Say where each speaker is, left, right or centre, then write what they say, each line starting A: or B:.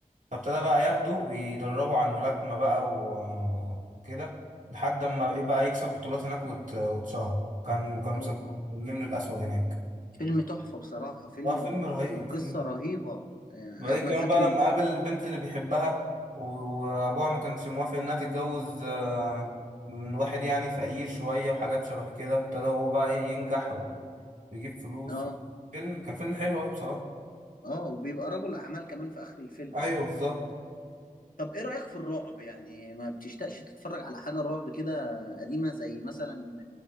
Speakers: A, on the right; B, on the left.
A: فابتدى بقى ياخده ويدربه على الملاكمة بقى و- آه، وكده لحد ما ايه بقى يكسب بطولات هناك وات- واتشهر كان كانوا
B: او
A: مسمينه
B: اه
A: النمر الأسود هناك
B: فيلم تحفة بصراحة فيلم
A: اه فيلم
B: و...
A: رهيب
B: وقصة
A: فيلم
B: رهيبة آه،
A: وبعدين
B: احمد
A: كمان
B: زكي
A: بقى لما
B: م-
A: قابل البنت اللي بيحبها و- وابوها ما كانش موافق انها تتجوز آه، من واحد يعني فقير شوية وحاجات شبه كده وابتدى هو بقى إيه ينجح ويجيب فلوس
B: اه
A: فيلم كان فيلم حلو قوي بصراحة
B: اه وبيبقى رجل اعمال كمان في اخر الفيلم
A: ايوه بالظبط
B: طب ايه رأيك في الرعب يعني ما بتشتاقش تتفرج على حاجة رعب كده قديمة زي مثلا